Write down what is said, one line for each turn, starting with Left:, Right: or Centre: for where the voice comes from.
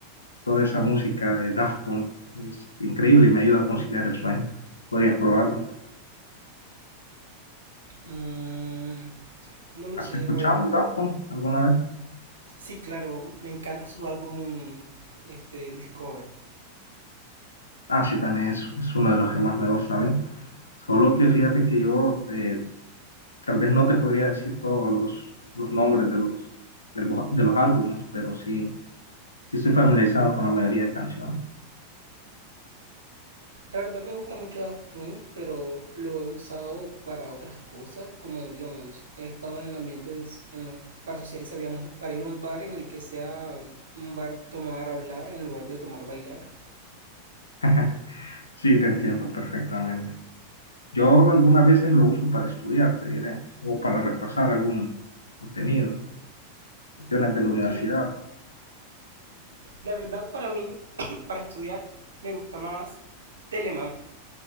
Left: toda esa música de Daft Punk es increíble y me ayuda a conciliar el sueño. Podrías probarlo.
Right: Mm, no lo
Left: ¿Has
Right: sé.
Left: escuchado
Right: A ver,
Left: Daft Punk alguna vez?
Right: sí, claro, me encanta su álbum, este, Discover.
Left: Ah, sí, también es, es uno de los que más me gusta a mí. Solo que fíjate que yo eh, tal vez no te podría decir todos los, los nombres de los, de los, de los álbumes, pero sí, sí estoy familiarizado con la mayoría de canciones.
Right: La verdad me gusta mucho Daft Punk, pero lo he usado para otras cosas, como digamos, he estado en ambientes en los para socializar, digamos, para ir a un bar en el que sea un bar tomar hablar en lugar de tomar bailar.
Left: <laughs> Sí, te entiendo perfectamente. Yo algunas veces lo uso para estudiar, te diré, o para repasar algún contenido, cuestiones de la universidad.
Right: Y la verdad para mí, <clears throat> para estudiar, me gusta más Telemann.